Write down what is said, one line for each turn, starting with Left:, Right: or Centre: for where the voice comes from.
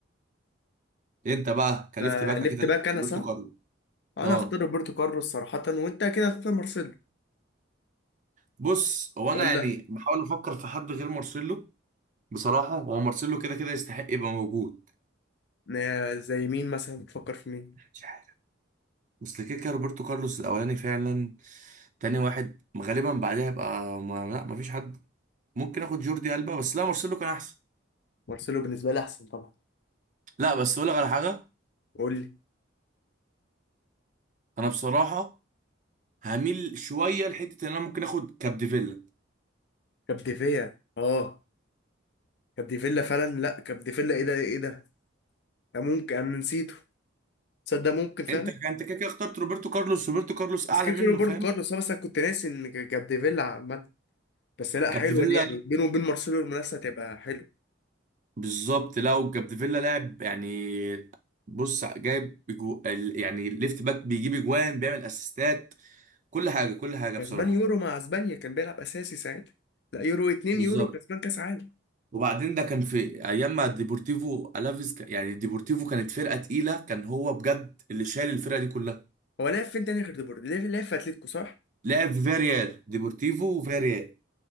Right: انت بقى كلفت
Left: فليفت
Right: باك اكيد هتبقى
Left: باك أنا
Right: روبرتو
Left: صح
Right: كارلو
Left: أنا
Right: اه
Left: هختار روبرتو كارلوس صراحة وأنت كده هتختار مارسيلو
Right: بص هو انا
Left: ولا
Right: يعني بحاول افكر في حد غير مارسيلو بصراحة هو مارسيلو كده كده يستحق يبقى موجود
Left: آه، زي مين مثلا بتفكر في مين
Right: مش عارف بس كده كده روبرتو كارلوس الأولاني فعلا تاني واحد غالبا بعدها يبقى ما... لا مفيش حد ممكن آخد جوردي ألبا بس لا مارسيلو كان أحسن
Left: مارسيلو بالنسبة لي أحسن طبعا
Right: لا بس أقول لك على حاجة
Left: قول لي
Right: أنا بصراحة هميل شوية لحتة إن أنا ممكن آخد كابديفيلا
Left: كبديفيا اه كبديفيلا فعلا لا كبديفيلا ايه ده ايه ده ده ممكن انا نسيته تصدق ممكن فعلا
Right: أنت أنت كده كده اخترت روبرتو كارلوس روبرتو كارلوس أعلى
Left: بس كده
Right: منه
Left: كده برضه
Right: فاهم
Left: كارلوس أه، بس انا كنت ناسي ان ك- كبديفيلا عامه بس لا
Right: كابديفيلا
Left: حلوه دي يعني
Right: لا
Left: بينه وبين مارسيلو المنافسه هتبقى حلوه
Right: بالظبط لا وكابديفيلا لاعب يعني بص جايب بجو... ال- يعني ليفت باك بيجيب اجوان بيعمل اسيستات كل حاجه كل حاجه
Left: كسبان
Right: بصراحه
Left: يورو مع اسبانيا كان بيلعب اساسي ساعتها لا يورو 2
Right: بالظبط
Left: يورو كسبان كاس عالم
Right: وبعدين ده كان في ايام ما ديبورتيفو الافيز ك... يعني ديبورتيفو كانت فرقه تقيله كان هو بجد اللي شايل الفرقه دي كلها
Left: هو لعب فين تاني غير ديبورتي لعب لعب في اتلتيكو صح؟
Right: لعب في فياريال ديبورتيفو وفياريال